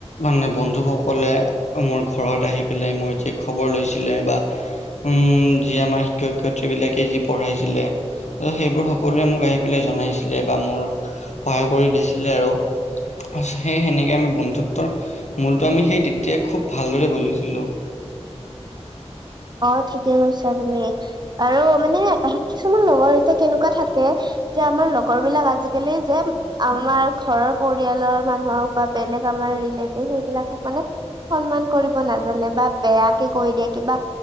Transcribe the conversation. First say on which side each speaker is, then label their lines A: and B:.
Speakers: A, on the left (about 80°); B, on the right (about 40°).
A: মানে বন্ধুসকলে মোৰ ঘৰত আহি পেলাই মোৰ যে খবৰ লৈছিলে বা উম, যি আমাৰ শিক্ষক- শিক্ষয়িত্ৰী বিলাকে যি পঢ়াইছিলে ত'সেইবোৰ সকলোৱে মোক আহি পেলাই জনাইছিলে বা মোৰ সহায় কৰি দিছিলে আৰু। সেই সেনেকে আমি বন্ধুত্বৰ মূলটো আমি সেই তেতিয়াই খুব ভালদৰে বুজিছিলো
B: অ ঠিকে কৈছা তুমি আৰু মানে কিছুমান লগৰ এতিয়া কেনেকোৱা থাকে এতিয়া আমাৰ লগৰ বিলাক আজিকালি যে আমাৰ ঘৰৰ পৰিয়ালৰ মানুহক বা বেলেগ আমাৰ ৰিলেটিভ সেইবিলাকক মানে। সন্মান কৰিব নাজানে বা বেয়াকে কৈদে কিবা